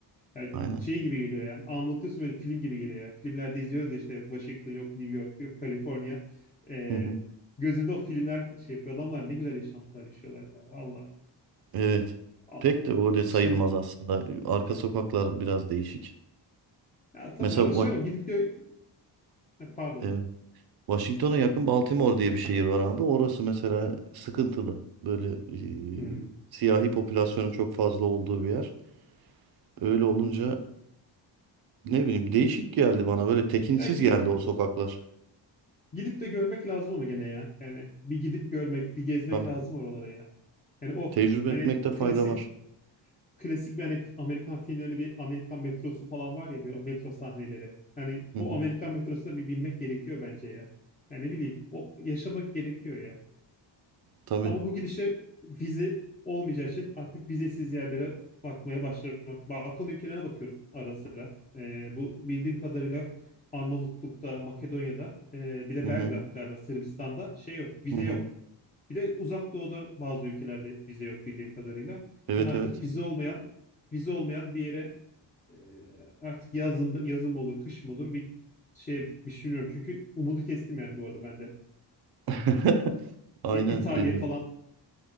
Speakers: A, on the left; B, on the right.
A: yani
B: Aynen.
A: şey gibi geliyor ya. Anlatıyorsun böyle film gibi geliyor ya. Filmlerde izliyoruz ya işte Washington yok, New York yok, Kaliforniya. E,
B: Hı hı.
A: gözümde o filmler şey yapıyor. Adamlar ne güzel yaşantılar yaşıyorlar ya. Valla.
B: Evet.
A: Al-
B: Pek de öyle sayılmaz
A: İşte.
B: aslında. Arka sokaklar biraz değişik.
A: Ya tabii
B: Mesela
A: orası
B: Wa-
A: öyle mi? Gidip gö- Ha, pardon.
B: evet. Washington'a yakın Baltimore diye bir şehir var abi. Orası mesela sıkıntılı. Böyle
A: Hmm.
B: e, siyahi popülasyonun çok fazla olduğu bir yer. Öyle olunca ne bileyim değişik geldi bana. Böyle tekinsiz
A: Ya gidip
B: geldi o sokaklar.
A: Gidip de görmek lazım ama gene ya. Yani bir gidip görmek, bir gezmek
B: Tabii.
A: lazım oralara ya. Yani o
B: Tecrübe
A: hani
B: etmekte fayda
A: klasik
B: var.
A: klasik bir hani Amerikan filmlerinde bir Amerikan metrosu falan var ya böyle metro sahneleri. Hani
B: Hı
A: o
B: hı.
A: Amerikan metrosuna bir binmek gerekiyor bence ya. Yani ne bileyim o yaşamak gerekiyor ya.
B: Tabii.
A: Ama bu gidişle vize olmayacağı için artık vizesiz yerlere bakmaya başlamak. Balkan ülkelerine bakıyorum ara sıra. Ee, bu bildiğim kadarıyla Arnavutluk'ta, Makedonya'da, e, bir de
B: Hı hı.
A: Belgrad galiba Sırbistan'da şey yok, vize
B: Hı hı.
A: yok. Bir de Uzak Doğu'da bazı ülkelerde vize yok bildiğim kadarıyla.
B: Evet
A: Yani artık
B: evet.
A: vize olmayan, vize olmayan bir yere e, artık yazın yazın mı olur, kış mı olur bir şey bir şey bilmiyorum. Çünkü umudu kestim yani bu arada ben de.
B: <laughs> Aynen.
A: E, İtalya
B: Ee,
A: falan.